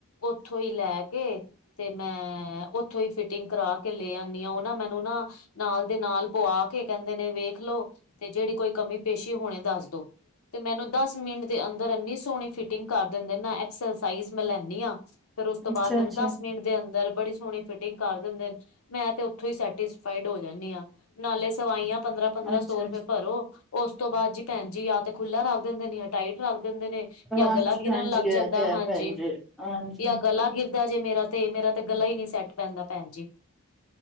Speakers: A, on the left; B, in the centre.
A: ਉੱਥੋਂ ਹੀ ਲੈਕੇ ਤੇ ਮੈਂ ਉੱਥੋਂ ਹੀ ਫਿਟਿੰਗ ਕਰਾ ਕੇ ਲੇ ਆਉਣੀਆਂ। ਉਹ ਨਾ ਮੈਨੂੰ ਨਾ- ਨਾਲ ਦੇ ਨਾਲ ਪਵਾ ਕੇ ਕਹਿੰਦੇ ਨੇ ਵੇਖ ਲਓ ਤੇ ਜਿਹੜੀ ਕੋਈ ਕਮੀ ਪੇਸ਼ੀ ਹੁਣੇ ਦੱਸ ਦੋ। ਤੇ ਮੈਨੂੰ ਦਸ ਮਿੰਟ ਦੇ ਅੰਦਰ ਇੰਨੀ ਸੋਹਣੀ ਫਿਟਿੰਗ ਕਰ ਦਿੰਦੇ, ਮੈਂ ਅਕਸਲ ਸਾਈਜ਼ ਮੈਂ ਲੈਦੀ ਹਾਂ। ਫਿਰ ਉਸ ਤੋਂ
B: ਅੱਛਾ
A: ਬਾਅਦ ਮੈਨੂੰ
B: ਅੱਛਾ।
A: ਦਸ ਮਿੰਟ ਦੇ ਅੰਦਰ ਬੜੀ ਸੋਹਣੀ ਫਿਟਿੰਗ ਕਰ ਦਿੰਦੇ ਮੈਂ ਤਾਂ ਉੱਥੋਂ ਹੀ ਸੈਟਿਸਫਾਈਡ ਹੋ ਜਾਂਦੀ ਹਾਂ, ਨਾਲੇ ਸਵਾਈਆਂ- ਪੰਦਰਾਂ- ਪੰਦਰਾਂ
B: ਅੱਛਾ
A: ਸੌ ਰੁਪਏ
B: ਅੱਛਾ,
A: ਭਰੋ, ਉਸ ਤੋਂ ਬਾਅਦ ਜੀ ਭੈਣ ਜੀ ਯਾ ਤਾਂ ਖੁੱਲਾ ਰੱਖ ਦਿੰਦੇ ਨੇ ਟਾਈਟ ਰੱਖ ਦਿੰਦੇ ਨੇ
B: ਹਾਂਜੀ
A: ਜਾਂ ਗਲਾ ਗਿਰਨ
B: ਹਾਂਜੀ
A: ਲੱਗ
B: ਇਹ
A: ਜਾਂਦਾ
B: ਤੇ ਹੈ
A: ਹਾਂਜੀ,
B: ਭੈਣ ਜੀ, ਹਾਂਜੀ।
A: ਜਾਂ ਗਲਾ ਗਿਰ- ਜੇ ਮੇਰਾ ਤੇ ਮੇਰਾ ਤੇ ਗਲਾ ਹੀ ਨਹੀਂ ਸੈੱਟ ਬਹਿੰਦਾ, ਭੈਣ ਜੀ।